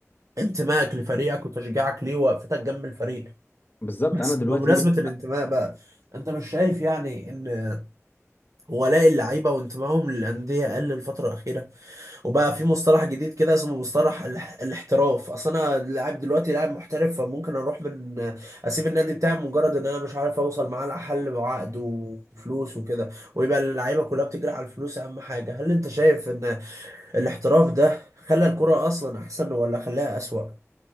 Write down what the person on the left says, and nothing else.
بالظبط
انا دلوقتي